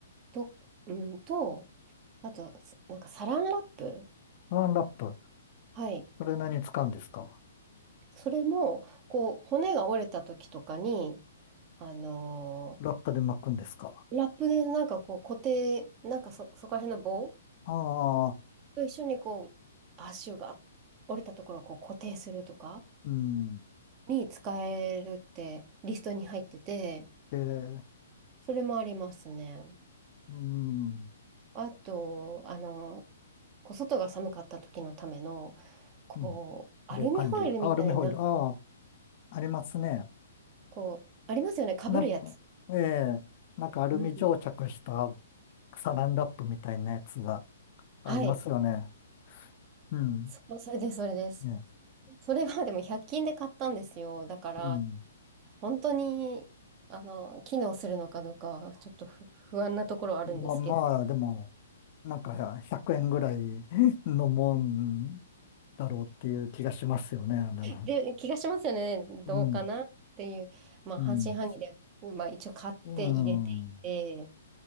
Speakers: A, on the right; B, on the left.
A: と、うん、と、あと、すなんかサランラップ。
B: ワンラップ。
A: はい。
B: それ何使うんですか
A: それも、こう、骨が折れた時とかに、あの
B: ラップで巻くんですか
A: ーラップでなんかこう固定、なんかそ、そこら辺の棒
B: ああ
A: と一緒にこう、足が折れたところをこう固定するとか。
B: ー、うん。
A: に使えるってリストに入ってて、
B: えー、
A: それもありますね。
B: うん、
A: あと、あの、こう外が寒かった時のための、こう、
B: うん。
A: アルミホイルみたいな、
B: 防寒着。あ、アルミホイル。ああ、ありますね。
A: こう、ありますよね、かぶるやつ。
B: なんか、ええなんかアルミ蒸着した
A: うん。
B: サランラップみたいなやつがありますよね。
A: はい。
B: うん。
A: そ、それです、それです。
B: ね。
A: それはでも100均で買ったんですよ。だから、
B: うん。
A: 本当に、あの、機能するのかどうかは、ちょっと不、不安なところあるんですけど、
B: ま、まあ、でも、なんか100円ぐらい <laughs> のもんだろうっていう気がしますよね。あれね
A: で、気がしますよね。
B: うん。
A: どうかなっていう、まあ、
B: うん。
A: 半信半疑で、まあ、一応買って入れていて、
B: うん。